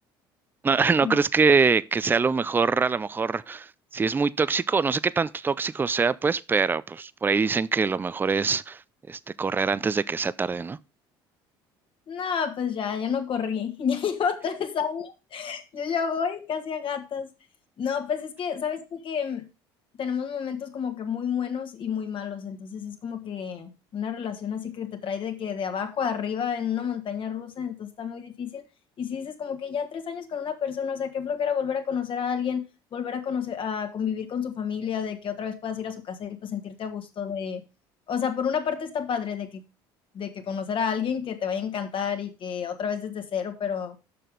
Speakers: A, on the right; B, on the left.
A: no, <laughs> no
B: no,
A: crees que, que sea lo mejor, a lo mejor, si es muy tóxico, no sé qué tanto tóxico sea, pues, pero pues por ahí dicen que lo mejor es, este, correr antes de que sea tarde, ¿no?
B: no, pues ya, ya no corrí, <laughs> ya llevo 3 años. <laughs> Yo ya voy casi a gatas. No, pues es que, ¿sabes qué? Que mm, tenemos momentos como que muy buenos y muy malos, entonces es como que una relación así que te trae de que de abajo a arriba en una montaña rusa, entonces está muy difícil. Y si dices como que ya tres años con una persona, o sea, qué flojera volver a conocer a alguien, volver a conocer, a convivir con su familia, de que otra vez puedas ir a su casa y pues sentirte a gusto de, o sea, por una parte está padre de que, de que conocer a alguien que te vaya a encantar y que otra vez desde cero, pero